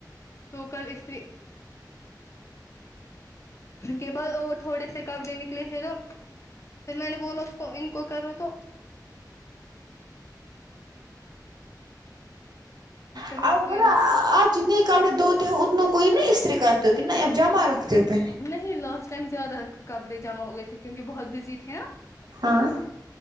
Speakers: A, on the left (about 40°); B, on the right (about 65°).
A: تو کل استری کے بعد اور تھوڑے سے کپڑے نکلے تھے تو پھر میں نے بولا اس کو ان کو کرو تو فی الحال
B: <unintelligible> آپ
A: کوئی ریسپ
B: جتنے کپڑے دھوتے ہو اتوں کوئی نہیں استری کر تو کے نہ اپ جمع رکھتے ہو
A: نہی لاسٹ ٹائم زیادہ کپڑے جمع ہو گئے تھے کیونکہ بہت بزی تھے نا
B: ہاں